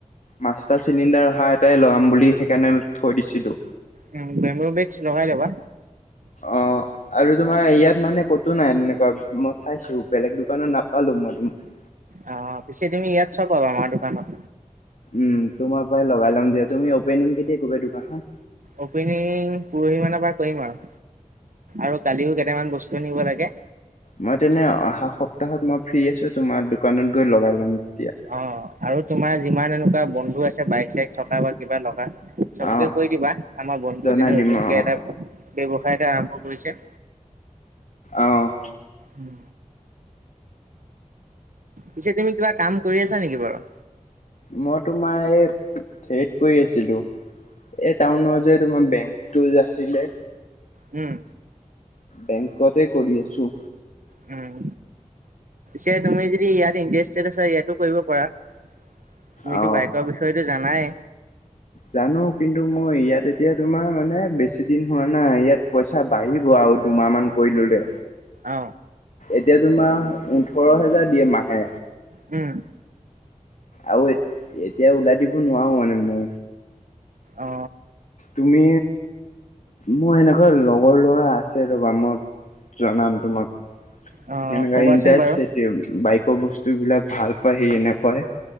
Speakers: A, on the left; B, on the right.
A: মাষ্টাৰ চিলিণ্ডাৰ অহা এটাই লগাম বুলি কেনেল থৈ দিছিলো।
B: উম বেম্বু বেগছ লগাই ল'বা
A: অঁ আৰু তোমাৰ ইয়াত মানে কতো নাই এনেকুৱা। মই চাইছো বেলেগ দোকানত নাপালো মই তোমা।
B: অ পিছে তুমি ইয়াত চব পাবা আমাৰ দোকানত।
A: উম, তোমাৰ পৰাই লগাই লম দিয়া। তুমি অপেনিং কেতিয়া কৰিবা দোকানখন?
B: অপেনিং পৰহি মানৰ পৰা কৰিম আৰু। আৰু কালিও কেইটামান বস্তু নিব লাগে।
A: মই তেনে অহা সপ্তাহত মই ফ্ৰ্ৰী আছো, তোমাৰ দোকানত গৈ লগাই লম। তেতিয়া
B: অঁ আৰু তোমাৰ যিমান এনেকুৱা বন্ধু আছে, বাইক চাইক থকা বা কিবা লগা, চবকে
A: অ
B: কৈ দিবা আমাৰ বন্ধু
A: জনাই
B: জনে
A: দিম
B: নতুনকে
A: অ
B: এটা ব্যৱসায় এটা আৰম্ভ কৰিছে।
A: অঁ।
B: উম। পিছে তুমি কিবা কাম কৰি আছা নেকি বাৰু?
A: মই তোমাৰ এই হেৰিত কৰি আছিলো এই টাউনৰ যে তোমাৰ বেংকতো যে আছিলে।
B: উম।
A: বেংকতে কৰি আছোঁ।
B: উম। চে তুমি যদি ইয়াত ইণ্টাৰেষ্টেড আছা ইয়াতো কৰিব পাৰা। তুমিতো
A: অ
B: বাইকৰ বিষয়টো জানাই!
A: জানো কিন্তু মই ইয়াত এতিয়া তোমাৰ মানে বেছি দিন হোৱা নাই, ইয়াত পইচা বাঢ়িব আ ৰু দুমাহমান কৰি ল'লে।
B: অ
A: এতিয়া তোমাৰ ওঠৰ হেজাৰ দিয়ে মাহে।
B: উম।
A: আৰু এ এতিয়া ওলাই দিব নোৱাৰো মানে ময়ো।
B: অ
A: তুমি, মোৰ এনেকুৱা লগৰ লৰা আছে ৰ'বা মই জনাম তোমাক। সেনেকা
B: অ কবাচোন
A: ইণ্টাৰেষ্ট
B: বাৰু
A: বাইক ৰ বস্তু বিলাক ভাল পায় সি এনেকুৱাই